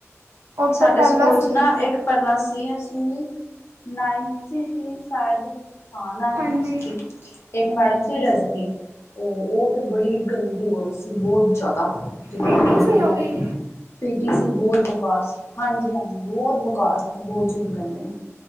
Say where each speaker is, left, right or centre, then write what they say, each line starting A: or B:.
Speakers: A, on the right; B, on the left.
A: ਉਹ
B: ਸਾਡੇ
A: ਤੋਂ ਪਹਿਲਾਂ
B: ਸਕੂਲ
A: ਸੀ
B: ਚ ਨਾ
A: ਜੀ।
B: ਇੱਕ ਪੈਲਾਂ ਸੀ ਅਸੀਂ ਨਾਈਨਥ ਚ ਸੀ ਸ਼ਾਇਦ ਹਾਂ ਨਾਈਨਥ
A: ਹਾਂਜੀ,
B: ਚ ਸੀ। ਏਕ ਮੈਡਮ ਸੀ ਰਜਨੀ ਓ ਓ ਤੇ ਬੜੀ ਗੰਦੀ ਔਰਤ ਸੀ ਬੋ ਜਾਦਾ ਜਿੰਨੀ
A: ਪੀਟੀ
B: ਕੈਂਦੇ
A: ਸੀ
B: ਨੇ
A: ਉਹ
B: ਬੋਤ
A: ਵੀ
B: ਪੀਟੀ ਸੀ ਬੋਤ ਬੁਕਾਰ ਸੀ ਹਾਂਜੀ ਹਾਂਜੀ ਬੋਤ ਬੁਕਾਰ ਸੀ ਬੋ ਜਿਨੂੰ ਕੈਂਦੇ ਨੇ।